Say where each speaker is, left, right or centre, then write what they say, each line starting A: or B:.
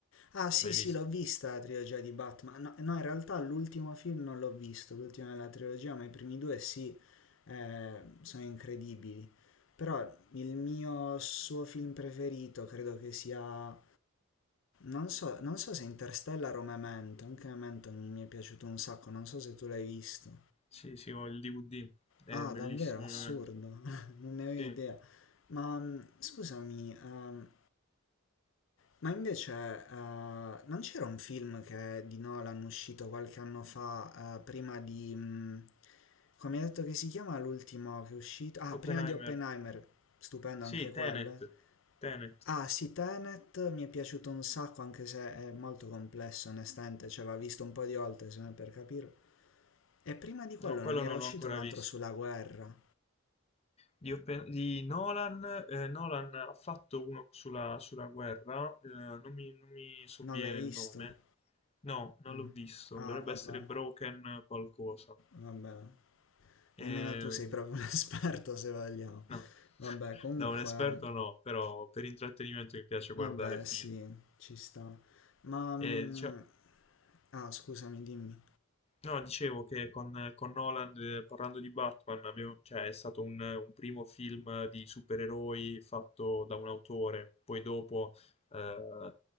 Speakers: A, on the left; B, on the left.
A: Ah, sì,
B: l'hai
A: sì,
B: visto.
A: l'ho vista la trilogia di Batman. No, no, in realtà l'ultimo film non l'ho visto, l'ultimo della trilogia, ma i primi due sì, eh, sono incredibili. Però il mio suo film preferito credo che sia... Non so, non so se Interstellar o Memento, anche Memento mi mi è piaciuto un sacco, non so se tu l'hai visto.
B: Sì, sì, ho il DVD, è
A: Ah,
B: bellissimo
A: davvero assurdo,
B: ovviamente.
A: <laughs> non ne avevo
B: Sì,
A: idea. Ma mm, scusami, ehm, ma invece eh, non c'era un film che di Nolan uscito qualche anno fa, eh, prima di... mm, come hai detto che si chiama l'ultimo che è uscito? Ah,
B: Oppenheimer.
A: prima di Oppenheimer, stupendo anche
B: Sì,
A: quello.
B: Tenet. Tenet.
A: Ah, sì, Tenet mi è piaciuto un sacco, anche se è molto complesso, onestamente, cioè l'ho visto un po' di volte, se non per capirlo. E prima di quello
B: No, quello
A: non era
B: non
A: uscito
B: l'ho ancora
A: un altro
B: visto.
A: sulla guerra,
B: Di, Oppen- di Nolan, eh, Nolan ha fatto uno sulla, sulla guerra, eh, non mi, non mi sovviene
A: non l'hai visto?
B: il nome. No, non
A: Mm.
B: l'ho visto,
A: Ah,
B: dovrebbe
A: vabbè,
B: essere Broken qualcosa.
A: vabbè. Nemmeno
B: Ehm,
A: tu sei proprio un <laughs> esperto, se vogliamo.
B: no, <laughs>
A: Vabbè, comunque,
B: da un esperto no, però per intrattenimento mi piace
A: vabbè,
B: guardare film.
A: sì, ci sta. Ma... mm,
B: E, dicia-
A: ah, scusami, dimmi.
B: No, dicevo che con, con Nolan, eh, parlando di Batman, abbiamo- cioè, è stato un, un primo film di supereroi fatto da un autore. Poi dopo, eh,